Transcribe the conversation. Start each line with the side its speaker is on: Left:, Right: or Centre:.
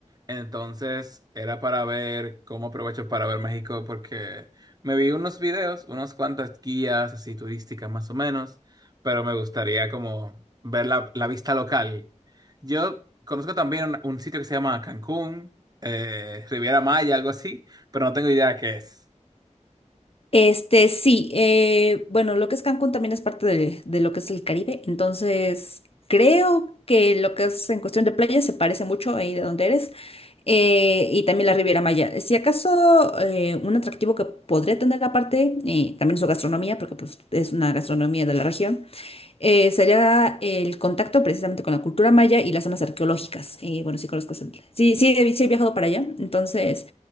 Right: Entonces era para ver cómo aprovecho para ver México porque me vi unos videos, unas cuantas guías así turísticas más o menos, pero me gustaría como ver la, la vista local. Yo conozco también un, un sitio que se llama Cancún, eh, Riviera Maya, algo así, pero no tengo idea qué es.
Left: Este, sí, eh, bueno, lo que es Cancún también es parte de, de lo que es el Caribe, entonces creo que lo que es en cuestión de playa se parece mucho ahí de donde eres, eh, y también la Riviera Maya. Si acaso eh, un atractivo que podría tener aparte, eh, también su gastronomía, porque pues, es una gastronomía de la región, eh, sería el contacto precisamente con la cultura maya y las zonas arqueológicas. Y bueno, sí conozco. esa- Sí, sí, he- sí he viajado para allá. Entonces,